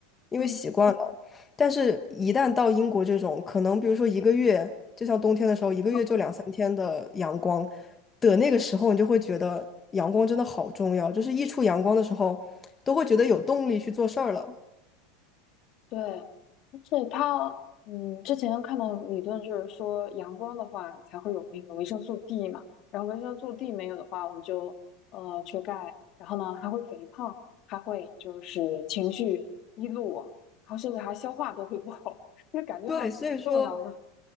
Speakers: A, on the left; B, on the left.
A: 因为习惯了。
B: 嗯。
A: 但是，一旦到英国这种，可能比如说一个月，就像冬天的时候，一个月就两三天的阳光
B: <laughs>
A: 的那个时候，你就会觉得阳光真的好重要，就是一出阳光的时候，都会觉得有动力去做事儿了。
B: 对，而且它，嗯，之前看到理论就是说，阳光的话才会有那个维生素 D 嘛，然后维生素 D 没有的话，我们就呃缺钙，然后呢还会肥胖，还会就是情绪低落，然后甚至还消化都会不好，<laughs> 就感觉还挺重要的。
A: 对，所以说。